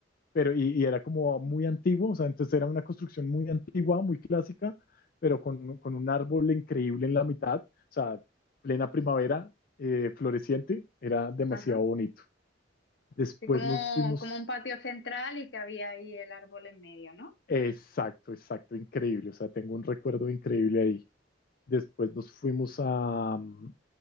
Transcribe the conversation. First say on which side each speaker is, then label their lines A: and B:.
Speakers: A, on the left; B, on the left.
A: Pero, y, y era como muy antiguo, o sea, entonces era una construcción muy antigua, muy clásica, pero con, con un árbol increíble en la mitad, o sea, plena primavera, eh, floreciente, era demasiado
B: ajá.
A: bonito. Después
B: Sí, como,
A: nos fuimos,
B: como un patio central y que había ahí el árbol en medio, ¿no?
A: exacto, exacto, increíble. O sea, tengo un recuerdo increíble ahí. Después nos fuimos a, mm,